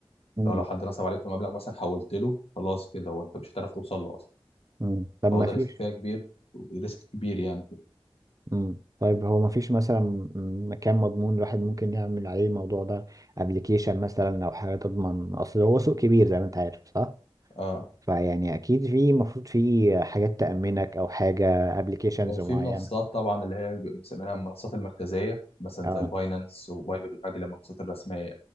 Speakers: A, on the right (about 35°); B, on the left (about 80°).
A: مم.
B: لو لو حد نصب عليك في مبلغ مثلا حولت له خلاص كده وانت مش هتعرف توصل له اصلا
A: مم. طب
B: فهو
A: ما
B: ده
A: فيش
B: ريسك فيها كبير ريسك كبير يعني
A: مم. طيب هو ما فيش مثلا مم، مكان مضمون الواحد ممكن يعمل عليه الموضوع ده ابلكيشن مثلا او حاجة تضمن اصل هو سوق كبير زي ما انت عارف صح؟
B: اه
A: فيعني اكيد في المفروض في حاجات تأمنك او حاجة ابلكيشنز
B: وفي
A: معينة
B: منصات طبعا اللي هي بيبقوا مسمينها المنصات المركزيه مثلا
A: اه
B: زي باينانس وبايبت والحاجات دي، اللي هي المنصات الرسميه